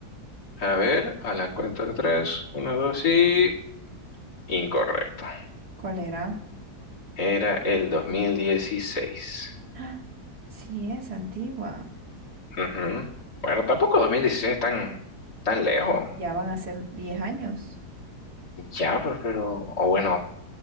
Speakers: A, on the left; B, on the right.
A: A ver, a la cuenta de tres, uno, dos y... Incorrecto.
B: ¿Cuál era?
A: Era el 2016.
B: ¡Ah! Sí es antigua.
A: Ujú. Bueno, tampoco 2016 es tan, tan lejos.
B: Ya van a ser diez años.
A: Ya, pues, pero, o bueno,